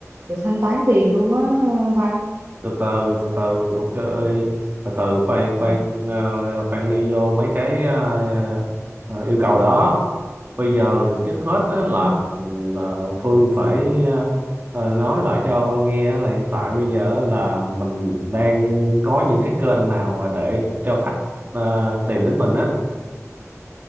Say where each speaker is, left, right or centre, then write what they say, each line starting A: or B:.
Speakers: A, on the right; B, on the right.
A: rồi thanh toán tiền luôn á Văn
B: từ từ từ từ ok từ từ khoan khoan
A: ừ.
B: ờ, khoan đi vô mấy cái ờ, ờ, yêu cầu đó bây giờ trước hết á là,
A: Ừ.
B: là Phương phải ờ, ờ, nói lại cho Văn nghe á là hiện tại bây giờ á là mình đang có những cái kênh nào mà để cho khách ờ, tìm đến mình á